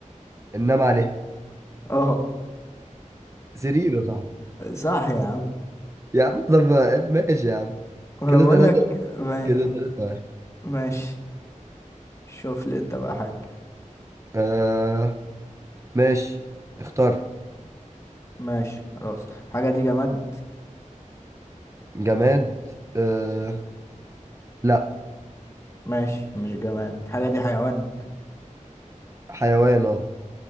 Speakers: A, on the right (about 20°); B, on the left (about 20°).
A: ننام عليها
B: اه
A: سرير يا صاحبي
B: <laughs> صح يا عم
A: يا عم طب آه، ماشي يا عم
B: وانا
A: كده
B: بقول
A: ثلاثة
B: لك ما...
A: كده ثلاثة واحد
B: ماشي شوف لي انت بقى حاجة
A: آه ماشي اختار
B: ماشي خلاص حاجة دي جماد
A: جماد آه لا
B: ماشي مش جماد الحاجة دي حيوان
A: حيوان اه